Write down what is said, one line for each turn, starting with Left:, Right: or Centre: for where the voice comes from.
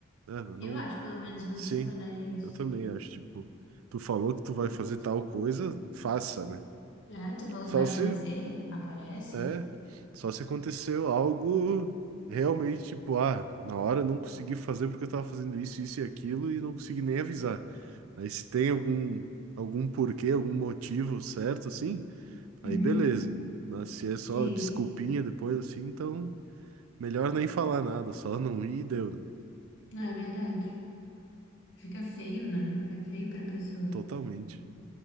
Right: é, mano, não.
Left: Eu acho, pelo menos, muito
Right: Sim,
Left: sacanagem isso.
Right: eu também acho, tipo, tu falou que tu vai fazer tal coisa, faça, né?
Left: É, tu falou
Right: Só
Left: que vai aparecer?
Right: se,
Left: Aparece?
Right: é, só se aconteceu algo realmente, tipo, ah, na hora eu não consegui fazer porque eu tava fazendo isso, isso e aquilo e não consegui nem avisar. Aí se tem algum, algum porquê, algum motivo certo, assim, aí
Left: Uhum,
Right: beleza. Mas se é só
Left: Sim,
Right: desculpinha depois, assim, então melhor nem falar nada, só não ir e deu, né?
Left: não é verdade. Fica feio, né? Fica feio pra pessoa.
Right: Totalmente.